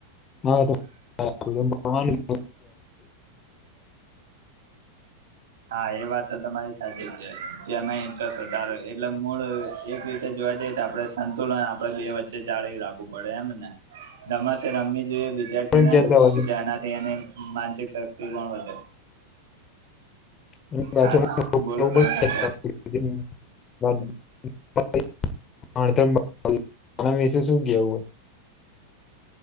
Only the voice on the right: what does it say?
હા એ વાત તો તમારી સાચી છે. જેમાં ઇન્ટરેસ્ટ વધારે એટલે મૂળ એક રીતે જોવા જઈએ તો આપણે સંતુલન આપડે બે વચ્ચે જાળવી રાખવું પડે એમ ને. રમતે રમવી જોઈએ વિદ્યાર્થીને
ધ્યાનાથી અને માનસિક શક્તિ પણ વધે.
હા બોલો તમે